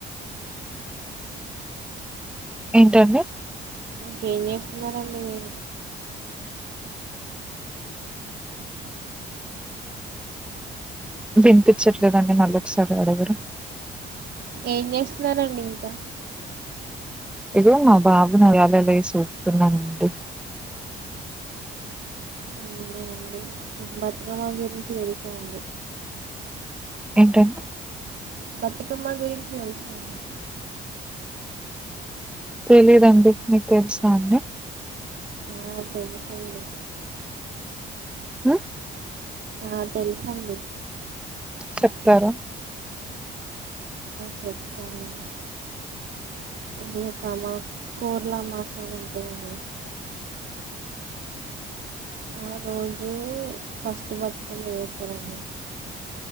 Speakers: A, in the centre; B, on the right.
A: ఏంటండి
B: క స్తున్నారంండి వేళ
A: వినిపించట్లేదండి నల్ొకసారి అడగరు
B: ఏం చేస్తున్నారంండి ఇంకా
A: ఇదో మా బాబు నాలలయి సూతున్నాంది
B: అవునా అండి బతుకమ్మ గురించి తెలుసానండి
A: ఏంటంట
B: బతుకమ్మ గురించి వెలుసాండి
A: తెలిదండి మీకు తెలిసా అన్ని
B: అ అదేం సలి
A: హ
B: ఆ తెలుసండి
A: చెప్తారా
B: చెప్తానండి ఇది ఒక అమ్మ కూూరల అమ్మాస్ అని అంటుందండి ఆ రోజు ఫస్ట్ బతుకమ్మ వేస్తారంండి